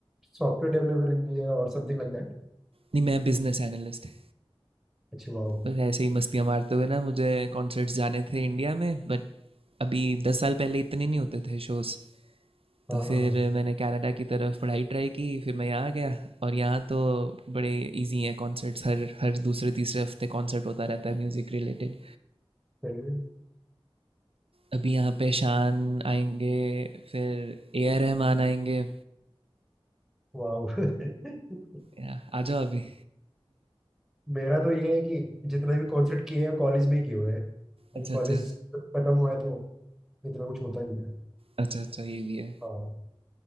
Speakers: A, in the centre; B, on the right.
A: software developer engineer और समथिंग लाइक दैट
B: नहीं मैं बिजनेस एनालिस्ट है
A: अच्छा वाओ
B: बस ऐसे ही मस्तियाँ मारते हुए ना मुझे कॉन्सर्ट्स जाने थे इंडिया में बट अभी दस साल पहले इतने नहीं होते थे शोज़
A: हाँ
B: तो फिर
A: हाँ हाँ
B: मैंने कनाडा की तरफ पढ़ाई ट्राई की फिर मैं यहाँ आ गया और यहाँ तो बड़े इजी हैं कॉन्सर्ट्स हर हर दूसरे तीसरे हफ्ते कॉन्सर्ट होता रहता है म्यूज़िक रिलेटेड
A: सही है
B: अभी यहाँ पे शान आएंगे फिर ए आर रहमान आएंगे
A: वाओ <laughs>
B: या, आ जाओ अभी
A: मेरा तो ये है कि जितने भी कॉन्सर्ट किए हैं कॉलेज में ही किए हुए हैं अभी
B: अच्छा अच्छा
A: कॉलेज खत्म हुआ है तो इतना कुछ होता नहीं है
B: अच्छा अच्छा ये भी है
A: हाँ